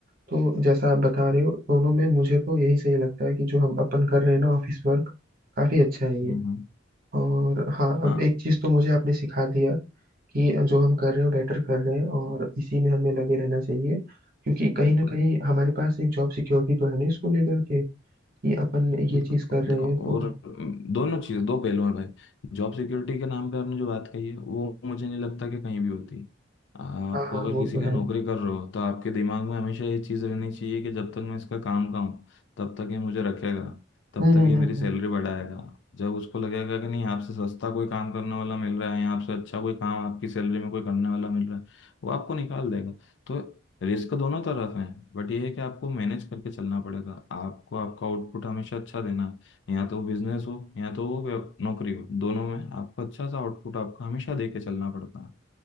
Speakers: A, on the right; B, on the left.
A: तो जैसा आप बता रहे हो दोनों में मुझे तो यही सही लगता है कि जो हम अपन कर रहे हैं ना ऑफिस वर्क काफी अच्छा है
B: हम्म
A: ये
B: हम्म,
A: और हाँ
B: हाँ
A: अब एक चीज तो मुझे आपने सिखा दिया कि जो हम कर रहे हैं वो बेटर कर रहे हैं और इसी में हमें लगे रहना चाहिए क्योंकि कहीं
B: बिल्कुल
A: ना कहीं हमारे पास एक जॉब सिक्योरिटी तो है ना इसको लेकर के कि अपन
B: बिल्कुल
A: ये चीज कर रहे
B: देखो
A: हैं
B: और
A: तो
B: अम, दोनों चीज़ें दो पहलू हैं भाई जॉब सिक्योरिटी के नाम पे आपने जो बात कही है वो मुझे नहीं लगता कि कहीं भी होती है आप
A: हाँ हाँ
B: अगर
A: वो
B: किसी
A: तो
B: का
A: है
B: नौकरी कर रहे हो तो आपके दिमाग में हमेशा ये चीज़ रहनी चाहिए कि जब तक मैं इसका काम का हूँ तब तक ये मुझे रखेगा तब
A: हम्म
B: तक
A: हम्म
B: ये
A: हम्म
B: मेरी सैलरी
A: हम्म।
B: बढ़ाएगा जब उसको लगेगा कि नहीं आपसे सस्ता कोई काम करने वाला मिल रहा है या आपसे अच्छा कोई काम आपकी सैलरी में कोई करने वाला मिल रहा है वो आपको निकाल देगा तो रिस्क दोनों तरफ है बट ये है कि आपको मैनेज करके चलना पड़ेगा आपको आपका आउटपुट हमेशा अच्छा देना है या तो बिजनेस हो या तो वो व्य- नौकरी हो दोनों में आपको अच्छा सा आउटपुट आपको हमेशा दे के चलना पड़ता है